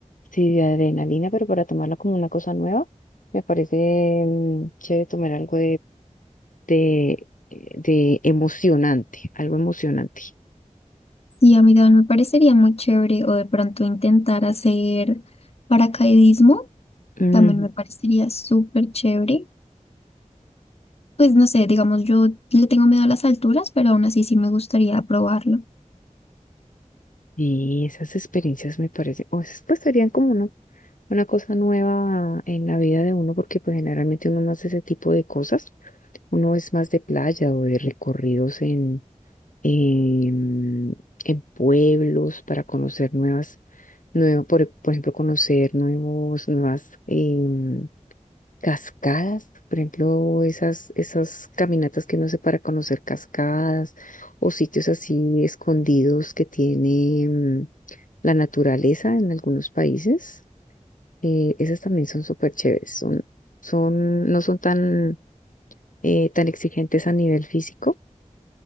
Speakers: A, on the left; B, on the left.
A: Sí, de adrenalina, pero para tomarla como una cosa nueva, me parece mm, chévere tomar algo de, de emocionante, algo emocionante.
B: Sí, a mí también me parecería muy chévere o de pronto intentar hacer paracaidismo.
A: Ujú.
B: También me parecería súper chévere. Pues no sé, digamos, yo le tengo miedo a las alturas, pero aún así sí me gustaría probarlo.
A: Y esas experiencias me parecen, o esas pues serían como una, una cosa nueva en la vida de uno, porque pues generalmente uno no hace ese tipo de cosas. Uno es más de playa o de recorridos en, en, en pueblos para conocer nuevas, nuevo, por, por ejemplo, conocer nuevos, nuevas, em, cascadas, por ejemplo, esas, esas caminatas que uno hace para conocer cascadas o sitios así escondidos que tiene mm, la naturaleza en algunos países. eh, esas también son súper chéveres, son, son, no son tan, eh, tan exigentes a nivel físico,